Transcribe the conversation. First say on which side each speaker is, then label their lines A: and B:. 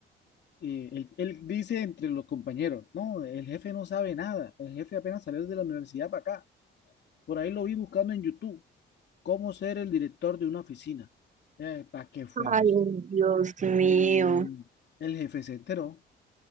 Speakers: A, on the left; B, on the right.
A: eh, él, él dice entre los compañeros, no, el jefe no sabe nada, el jefe apenas salió de la universidad para acá. Por ahí lo vi buscando en YouTube, cómo ser el director de una oficina. ¿para qué fue
B: ay,
A: eso?
B: Dios mío.
A: Y el jefe se enteró,